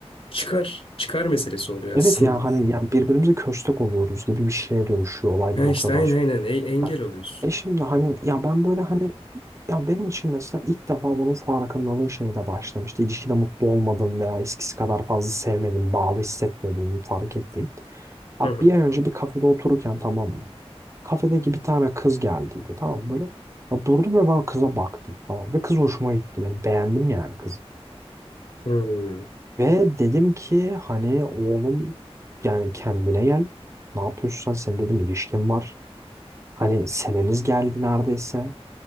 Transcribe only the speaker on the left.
çıkar, çıkar meselesi oluyor
aslında.
<laughs>
Ha
işte aynen
aynen e- engel
oluyorsun.
Hı hı.
Hmm,